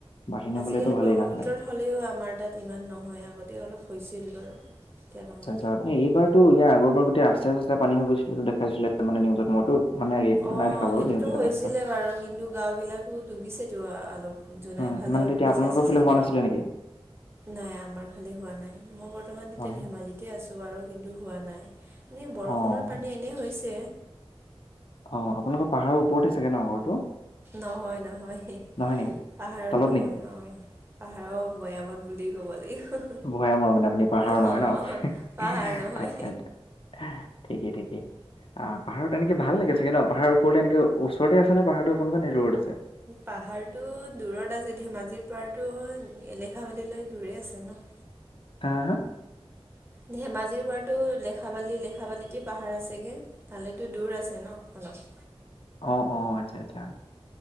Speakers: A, on the left; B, on the right.
A: বাহিনী
B: আজিকালি
A: গলেতো ভালেই
B: ব্ৰহ্মপুত্ৰত
A: নহ'লে
B: হ'লেও আমাৰ তাত ইমান নহয় আগতে অলপ হৈছিল বাৰু এতিয়া নহয়
A: আচ্ছা আচ্ছা এইবাৰতো ইয়াৰ আগৰবাৰ গোটেই ৰাস্তা চাস্তা পানী হৈ গৈছিলে দেখাইছিলে মানে নিউজত মইতো। মানে ৰিয়েলমিটো
B: অ
A: নাই দেখা বাৰু
B: সেইটোতো
A: নিউজ এটা
B: হৈছিলে
A: পাইছিলো
B: বাৰু কিন্তু গাঁও বিলাকো ডুবিছেতো আ অলপ। জোনাই
A: উম
B: ফালে
A: মানে
B: আপুনি
A: তেতিয়া আপোনালোকৰ
B: চাইছে
A: ফালে
B: চাগে।
A: হোৱা নাছিলে নেকি
B: নাই আমাৰ ফালে হোৱা নাই মই বৰ্তমান তেতিয়া
A: হোৱা নাই ন?
B: ধেমাজিতে আছো বাৰু কিন্তু হোৱা নাই। এনেই বৰষুণৰ
A: অ
B: পানী এনেই হৈছে।
A: অঁ আপোনালোকৰ পাহাৰৰ ওপৰতে চাগে ন ঘৰটো।
B: নহয় নহয় হেহ
A: নহয় নেকি
B: পাহাৰত
A: তলত
B: নহয়
A: নেকি
B: অহ। পাহাৰৰ ভৈয়ামত বুলি ক'ব লাগিব।
A: ভৈয়ামৰ মানে আপুনি পাহাৰৰ
B: অ'
A: নহয় ন
B: পাহাৰ নহয়।
A: আচ্ছা আচ্ছা। হা ঠিকেই ঠিকেই। আহ পাহাৰত এনেকে ভাল লাগে চাগে ন পাহাৰ ওপৰেলে এনেকে ওচৰতে আছে নে পাহাৰতো আকমান নে দূৰত আছে।
B: পাহাৰটো দূৰত আছে ধেমাজিৰ পৰাতো এলেখাবাদিলৈ দূৰেই আছে ন।
A: আহ হা।
B: ধেমাজিৰ পৰাতো লেখাবালি লেখাবালিতে পাহাৰ আছেগে। তালৈতো দূৰ আছে ন অলপ।
A: অ অ আচ্ছা আচ্ছা